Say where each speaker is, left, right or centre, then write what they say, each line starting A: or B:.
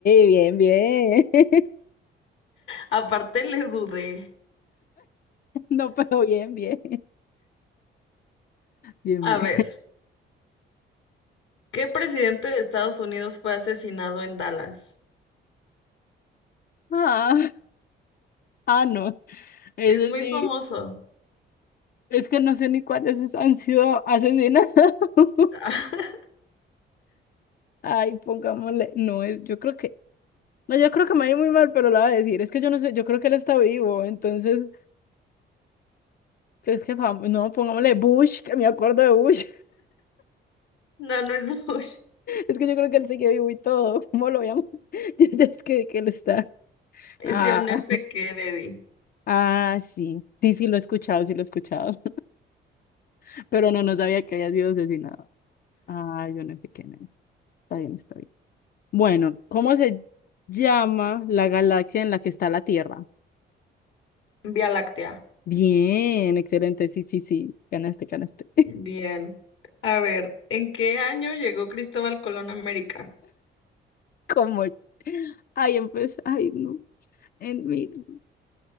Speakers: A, on the left (about 50°); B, on the left (about 75°).
A: bien, bien. <laughs>
B: Aparte le dudé.
A: No, pero bien, bien. Bien,
B: A
A: bien.
B: ver, ¿qué presidente de Estados Unidos fue asesinado en Dallas?
A: <laughs> Ah, ah, no. Es
B: Es
A: decir,
B: muy famoso.
A: es que no sé ni cuáles han sido asesinados. <laughs>
B: <laughs>
A: Ay, pongámosle. No, es- yo creo que. No, yo creo que me va a ir muy mal, pero la voy a decir. Es que yo no sé, yo creo que él está vivo, entonces, es que fam- no, pongámosle Bush, que me acuerdo de Bush. <laughs>
B: No, no es Bush.
A: Es que yo creo que él sigue vivo y todo. <laughs> ¿Cómo lo llamo? <laughs> Yo ya es que, que él está.
B: Es
A: Ah,
B: John F. Kennedy.
A: <laughs> ah, sí. Sí, sí, lo he escuchado, sí lo he escuchado. <laughs> Pero no, no sabía que había sido asesinado. Ah, yo no sé quién es. Está bien, está bien. Bueno, ¿cómo se llama la galaxia en la que está la Tierra?
B: Vía Láctea.
A: Bien, excelente. Sí, sí, sí. Ganaste, ganaste.
B: Bien. A ver, ¿en qué año llegó Cristóbal Colón a América?
A: <laughs> como, ay, empecé, ay, no, en mil,